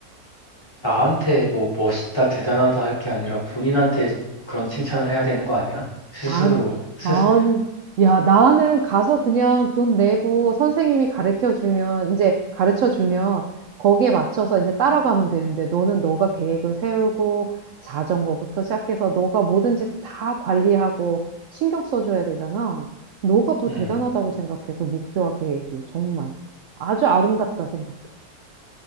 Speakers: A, on the left (about 15°); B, on the right (about 65°).
A: 나한테 뭐 멋있다, 대단하다 할 게 아니라 본인한테 그런 칭찬을 해야 되는 거 아니야? 스스로,
B: 아니,
A: 스스,
B: 아니, 야, 나는 가서 그냥 돈 내고 선생님이 가르쳐 주면, 이제 가르쳐 주면 거기에 맞춰서 이제 따라가면 되는데 너는 너가 계획을 세우고 자전거부터 시작해서 너가 뭐든지 다 관리하고 신경 써줘야 되잖아. 너가 더
A: 음,
B: 대단하다고 생각해, 그 목표와 계획이. 정말. 아주 아름답다 생각해.